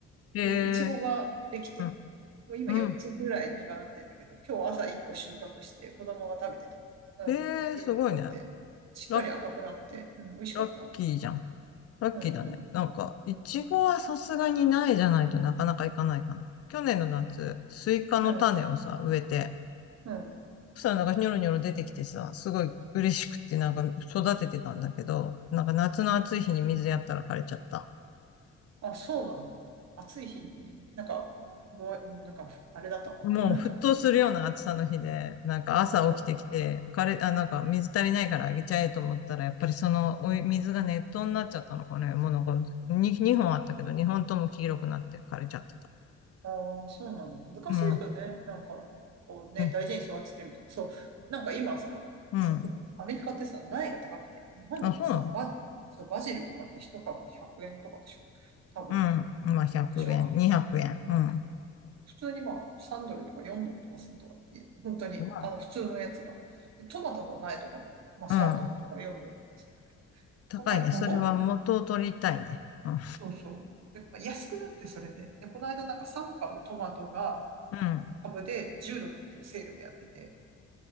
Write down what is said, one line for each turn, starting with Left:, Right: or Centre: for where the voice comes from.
Left: へえ。
Right: で、イチゴができて、
Left: うん。
Right: もう今4つぐらい実がなってんだけど、
Left: うん。
Right: 今日朝1個収穫して、子供が食べてた。うん、
Left: ええすごいね。
Right: 喜んで、しっかり赤くなって、
Left: ラッ、
Right: うん、美味しかった。
Left: ラッキーじゃん。ラッキーだね。
Right: うん、う
Left: なんか、いちごはさすがにないじゃないとなかなかいかないかな。
Right: ん、うん、
Left: 去年の夏、スイカの種をさ、
Right: うん、
Left: 植えて、
Right: うん。
Left: そしたらなんかニョロニョロ出てきてさ、すごい嬉しくってなんか育ててたんだけど、なんか夏の暑い日に水やったら枯れちゃった。
Right: あ、そうなんだ。暑い日に、なんか、もう、なんか、あれだったのかな。
Left: もう沸騰するような暑さの日で、
Right: <laughs> なんか、
Left: なんか朝起きてきて、
Right: うん。
Left: かれ、あ、なんか水足りないからあげちゃえと思ったら、やっぱりそのお湯水が熱湯になっちゃったのかね。もうなんかに2、本あったけど、2本とも黄色くなって枯れちゃってた。
Right: あーそうなんだ。難しいよね。
Left: うん、
Right: なんか、こうね、
Left: うん、
Right: 大事に育ててるとか。そう。なんか今さ、
Left: うん。
Right: そう、アメリカってさ、苗が高くて、日本だとさ、
Left: あ、そうなの
Right: バ、そうバジルとかって一株100円とかでしょ。多分。
Left: うん。まあ100円、
Right: でしょ。
Left: 200円。うん。
Right: 普通にまあ、3ドルとか4ドルとかするんだから。いえ本当に、
Left: ま
Right: あの、普通のやつが。でトマトの苗とかも、まあ、
Left: あ、
Right: 3ドルとか4ドルとかするんだけど。
Left: うん。高いね。
Right: こんな、もうも
Left: それは元を取りたいね。うん。
Right: そうそう。で、安くなって、それで。で、この間なんか3株トマトが
Left: うん
Right: 株で10ドルっていうセールをやってて。